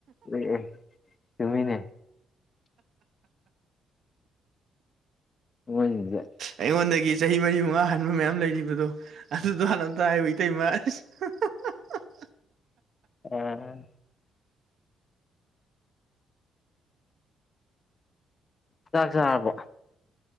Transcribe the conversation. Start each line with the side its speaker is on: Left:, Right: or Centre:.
Left: ꯑꯦ ꯇꯨꯃꯤꯅꯦ <unintelligible>
Right: ꯑꯩꯉꯣꯟꯗꯒꯤ ꯆꯍꯤ ꯃꯔꯤ ꯃꯉꯥ ꯍꯟꯕ ꯃꯌꯥꯝ ꯂꯩꯔꯤꯕꯗꯣ ꯑꯗꯨꯗꯣ ꯍꯥꯟꯅ ꯑꯝꯇ ꯍꯥꯏꯕ ꯏꯇꯩꯃ ꯑꯁ ꯍ ꯍ ꯍ ꯍ
Left: ꯑ ꯆꯥꯛ ꯆꯥꯔꯕꯣ